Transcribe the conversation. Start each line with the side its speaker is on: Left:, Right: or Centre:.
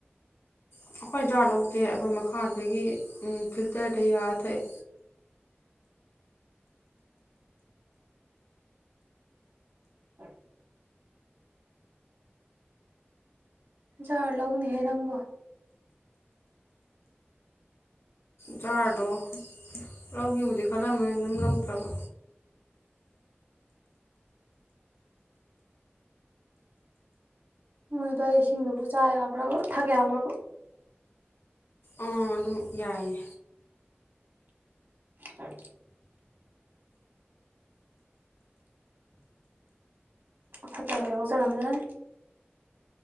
Left: ꯑꯩꯈꯣꯏ ꯖꯥꯔ ꯂꯧꯗꯦ ꯑꯩꯈꯣꯏ ꯃꯈꯥꯗꯒꯤ ꯐꯤꯜꯇꯔꯗ ꯌꯥꯔ ꯊꯛꯑꯦ
Right: ꯎ ꯖꯥꯔ ꯂꯧꯅꯤꯍꯦ ꯅꯪꯕꯣ
Left: ꯖꯥꯔꯗꯣ ꯂꯧꯈꯤꯕꯕꯨꯗꯤ ꯈꯜꯂꯝꯃꯅ ꯑꯗꯨꯝ ꯂꯧꯗ꯭ꯔꯕ
Right: ꯃꯣꯏꯗꯣ ꯑꯩ ꯏꯁꯤꯡꯗꯨꯕꯨ ꯆꯥ ꯌꯥꯕ꯭ꯔꯥ ꯊꯥꯒ ꯌꯥꯕ꯭ꯔꯥ
Left: ꯑ ꯑꯗꯨꯝ ꯌꯥꯏꯌꯦ
Right: ꯑ ꯈꯥꯇꯥ ꯍꯕ ꯆꯥꯅꯦꯅꯦ